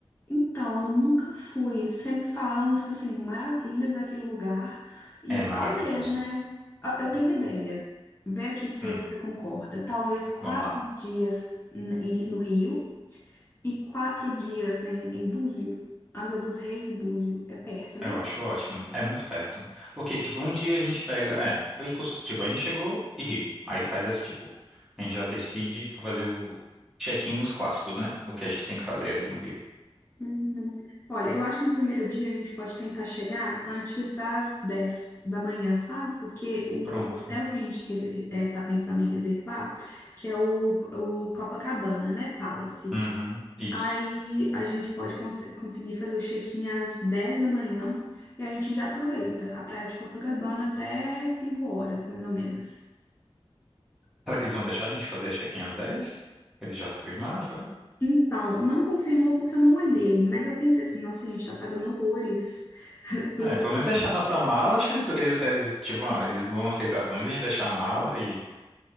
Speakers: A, on the left (about 25°); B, in the centre.
A: Então, eu nunca fui. Sempre falaram, tipo assim, maravilhas daquele lugar. E
B: É maravilhoso.
A: talvez, né? Ah, Eu tenho uma ideia. Vê aqui se
B: Hum,
A: é que você concorda. Talvez quatro
B: vamos lá.
A: dias n- em- no Rio e quatro dias em, em Búzio. Angra dos Reis e Búzio. É perto,
B: Eu
A: né?
B: acho ótimo. É muito perto. Porque, tipo, um dia a gente pega. É, foi Cusco. Tipo, a gente chegou e Rio. Aí faz esse, tipo. A gente já decide pra fazer o check-in nos clássicos, né? No que a gente tem que fazer ali no Rio.
A: Uhum. Olha, eu acho que no primeiro dia a gente pode tentar chegar antes das 10 da manhã, sabe? Porque o
B: Pronto.
A: o hotel que a gente reve- eh, tá pensando em reservar, que é o, o Copacabana, né? Palace.
B: Uhum. Isso.
A: Aí a gente pode cons- conseguir fazer o check-in às 10 da manhã e a gente já aproveita a praia de Copacabana até 5 horas, mais ou menos.
B: Será que eles vão deixar a gente fazer check-in às 10? Eles já confirmaram, foi?
A: Então, não confirmou porque eu não olhei, mas eu pensei assim, nossa, a gente tá pagando horrores <laughs> pro,
B: É, pelo
A: pro,
B: menos deixar nossa mala, acho que eles, eles, eles, tipo, ah, eles vão aceitar, pelo menos a gente deixar a mala e,